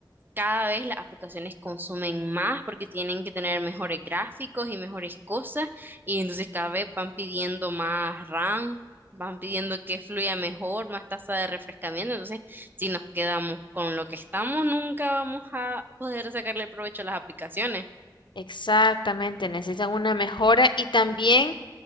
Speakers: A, on the right; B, on the left.
A: cada vez las aplicaciones consumen más porque tienen que tener mejores gráficos y mejores cosas, y entonces cada vez van pidiendo más RAM, van pidiendo que fluya mejor, más tasa de refrescamiento. Entonces, si nos quedamos con lo que estamos, nunca vamos a poder sacarle provecho a las aplicaciones.
B: Exactamente, necesitan una mejora y también